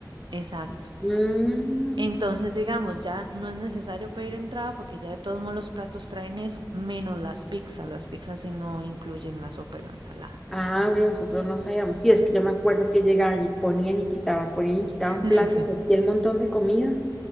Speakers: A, on the right (about 90°); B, in the centre.
A: exacto.
B: mm,
A: Entonces, digamos, ya no es necesario pedir entrada porque ya de todos modos los platos traen eso, menos las pizzas. Las pizzas sí no incluyen la sopa y la ensalada.
B: ah, ve, nosotros no sabíamos. Sí, es que yo me acuerdo que llegaban y ponían y quitaban, ponían y quitaban
A: <laughs>
B: platos, aquí el montón de comida.